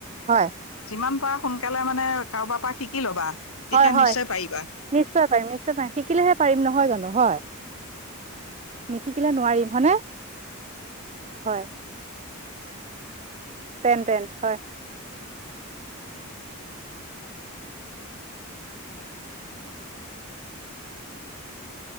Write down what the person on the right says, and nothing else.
হয়
হয় হয়
নিশ্চয় পাৰিম নিশ্চয় পাৰিম শিকিলেহে পাৰিম নহয় জানো? হয়! নিশিকিলে নোৱাৰিম হয়নে? হয়! তেন তেন হয়।